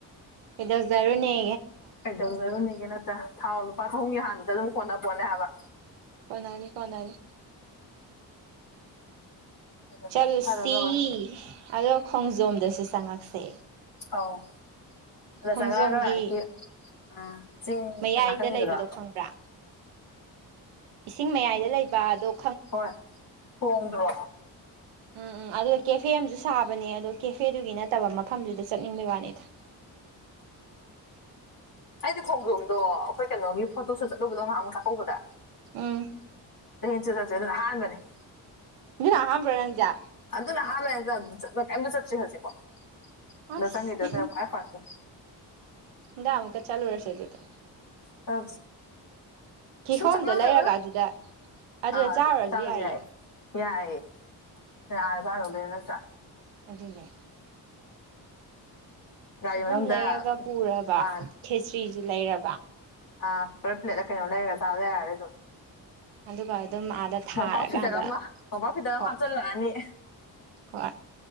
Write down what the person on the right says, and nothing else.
ꯏꯗ ꯔꯅꯤ
ꯀꯅꯥꯅꯤ ꯀꯅꯥꯅꯤ
ꯆꯠꯂꯨꯁꯤ
ꯑꯗꯣ ꯈꯣꯡꯖꯣꯝꯗꯁꯨ ꯆꯪꯉꯛꯁꯦ
ꯈꯣꯡꯖꯣꯝꯒꯤ
ꯃꯌꯥꯏꯗ
ꯂꯩꯕꯗꯣ ꯈꯪꯕ꯭ꯔꯥ ꯏꯁꯤꯡ ꯃꯌꯥꯏꯗ ꯂꯩꯕ ꯑꯣ
ꯎꯝ ꯎꯝ ꯑꯗꯨꯗ ꯀꯦꯐꯦ ꯑꯃꯁꯨ ꯁꯥꯕꯅꯦ ꯑꯗꯣ ꯀꯦꯐꯦꯗꯨꯒꯤ ꯅꯠꯇꯦ ꯐꯠꯇꯕ ꯃꯐꯝꯗꯨꯗ ꯆꯠꯅꯤꯡꯕꯩ ꯋꯥꯅꯤꯗ
ꯎꯝ
ꯃꯤꯅ ꯑꯍꯥꯟꯕ꯭ꯔꯣ ꯔꯪꯖꯥ
ꯑꯁ
ꯗꯥ ꯑꯃꯀ ꯆꯥꯂꯨ ꯔꯁꯦꯠꯇꯗꯤ
ꯀꯤꯍꯣꯝꯗꯣ
ꯂꯩꯔꯒ ꯑꯗꯨꯗ ꯑꯗꯨꯗ
ꯆꯥꯔꯨꯔꯁꯨ
ꯌꯥꯏꯌꯦ
ꯑꯖꯤꯅꯦ
ꯀꯤꯍꯣꯝ
ꯂꯩꯔꯒ ꯄꯨꯔꯕ
ꯈꯦꯁꯇ꯭ꯔꯤꯖ ꯂꯩꯔꯕ
ꯑꯗꯨꯗ ꯀꯗꯦ ꯑꯗꯨꯝ ꯑꯥꯗ ꯊꯥꯔꯀꯥꯟꯗ
ꯍꯣꯏ
ꯍꯣꯏ